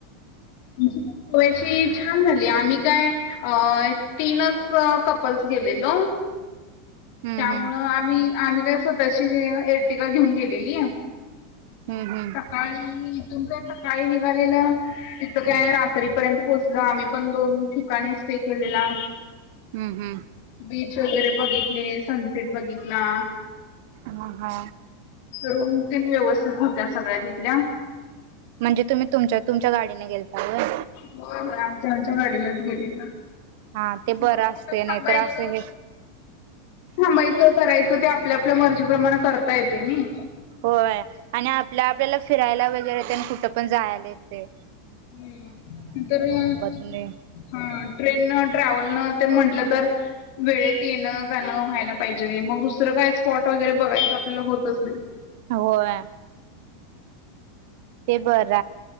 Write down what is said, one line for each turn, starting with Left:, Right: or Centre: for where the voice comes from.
Left: आमची पण गोव्याची छान झाली आम्ही काय अ तीनच कपल्स गेलेलो
Right: हम्म
Left: त्यामुळे
Right: हम्म
Left: आम्ही, आम्ही काय स्वतःची एरटिका घेऊन गेलेली
Right: हम्म
Left: सकाळी इथून काय सकाळी निघालेलं तिथं काय रात्रीपर्यंत पोहोचलं आम्ही पण दोन ठिकाणी स्टे केलेला
Right: हम्म हम्म
Left: बीच वगैरे बघितले सनसेट बघितला
Right: म हा
Left: रूम तेन व्यवस्थित होत्या सगळ्या तिथल्या
Right: म्हणजे तुम्ही तुम तुमच्या गाडीने गेलता होय
Left: हो, हो आमच्या, आमच्या गाडीनेच गेलेलो
Right: हा ते बरं
Left: कुठ
Right: असते
Left: थांबायचं,
Right: नाहीतर असं हे
Left: थांबायचं करायचं ते आपल्या, आपल्या मर्जीप्रमाणे करता येतय नाही
Right: होय आणि आपल्या आपल्याला फिरायला वगैरे येत आणि कुठं पण जायला येतय
Left: हम्म नंतर हा
Right: नाही
Left: ट्रेन न ट्रॅव्हल न ते म्हटलं तर वेळेत येणं व्हायला पाहिजे मग दुसरं काय स्पॉट वगैरे बघायचं आपल्याला होतच नाही
Right: होय ते बर